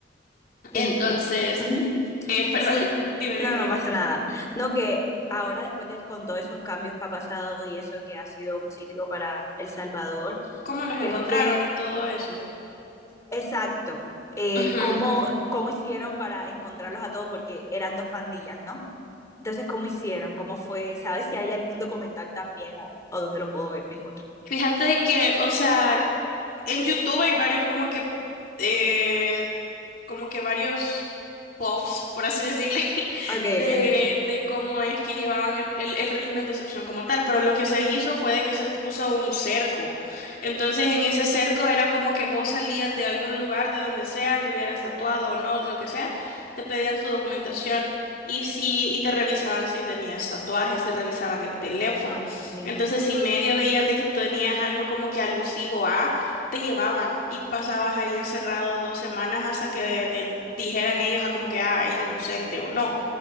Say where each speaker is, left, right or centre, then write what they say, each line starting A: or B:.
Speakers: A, on the left; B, on the left.
A: Y,
B: Entonces,
A: y- ujú.
B: eh, perdón,
A: sí,
B: <laughs> dime, dime,
A: no, no
B: dime,
A: pasa nada. No que ahora después de con todos esos cambios que ha pasado y eso que ha sido positivo para El Salvador,
B: ¿cómo los encontraron
A: ¿crees que,
B: y todo eso?
A: exacto, eh,
B: Ujú.
A: cómo, Ujú. cómo hicieron para encontrarlos a todos? Porque eran dos pandillas, ¿no? Entonces, ¿cómo hicieron? ¿Cómo fue? ¿Sabes si hay algún documental también o, o dónde lo puedo ver mejor?
B: Fíjate que, o sea, en YouTube hay varios como que, eh, como que varios pops por así decirle, <laughs>
A: Ok,
B: de,
A: ok.
B: de cómo es que llevaban el, el- el régimen de excepción como tal, pero lo que se hizo fue de que se puso un cerco. Entonces en ese cerco era como que vos salías de algún lugar, de donde sea, anduvieras tatuado o no, lo que sea, te pedían tu documentación y, si, y te revisaban si tenías tatuajes, te revisaban el teléfono.
A: Ok.
B: Entonces si medio veían de que tenías algo como que alusivo a te llevaban y pasabas ahí encerrado dos semanas hasta que de- de- dijeran ellos a como que ah, es inocente o no,